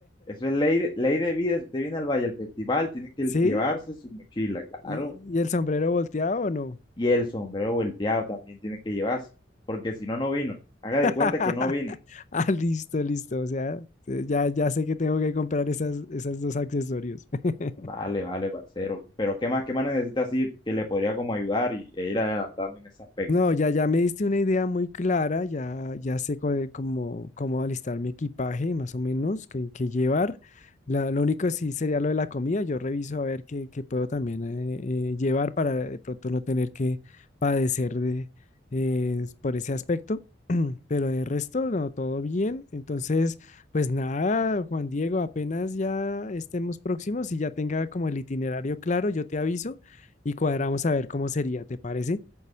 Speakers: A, on the left (about 25°); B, on the left (about 40°).
A: Eso es ley de, ley de vida. Si usted viene al Valle al festival, tiene que
B: ¿Sí?
A: llevarse su mochila, claro.
B: ¿Y, y el sombrero volteado o no?
A: Y el sombrero volteado también tiene que llevarse, porque si no, no vino. Haga
B: <laughs>
A: de cuenta que no vino.
B: Ah, listo, listo, o sea, eh, ya, ya sé que tengo que comprar esas, esas dos accesorios. <laughs>
A: Vale, vale, parcero. Pero ¿qué más, qué más necesita así que le podría como ayudar y, e ir adelantando en ese aspecto?
B: No, ya, ya me diste una idea muy clara, ya, ya sé co- eh, cómo, cómo alistar mi equipaje, más o menos, qué, qué llevar. La- lo único sí sería lo de la comida, yo reviso a ver qué, qué puedo también eh, eh, llevar para de pronto no tener que padecer de, eh, por ese aspecto, <clears throat> pero de resto, no, todo bien. Entonces, pues nada, Juan Diego, apenas ya estemos próximos y ya tenga como el itinerario claro, yo te aviso y cuadramos a ver cómo sería, ¿te parece?